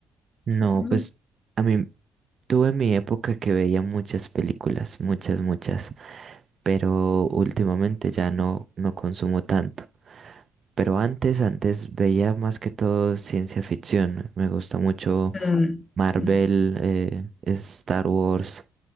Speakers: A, on the right; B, on the left.
A: No,
B: ¿Recuerdas?
A: pues a mí tuve mi época que veía muchas películas, muchas, muchas, pero últimamente ya no, no consumo tanto. Pero antes, antes veía más que todo ciencia ficción. Me gusta mucho
B: Mm,
A: Marvel,
B: mm.
A: eh, Star Wars,